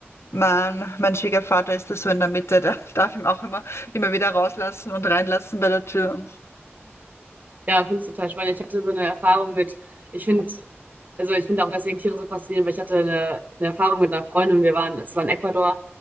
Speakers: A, on the left; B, on the right.
A: mein, mein Schwiegervater ist da so in der Mitte, der <laughs> darf ihn auch immer, immer wieder rauslassen und reinlassen bei der Tür. Und,
B: Ja, finde ich total spannend. Ich hatte so eine Erfahrung mit, ich finde, also ich finde auch deswegen Tiere so faszinierend, weil ich hatte eine, eine Erfahrung mit einer Freundin, wir waren, es war in Ecuador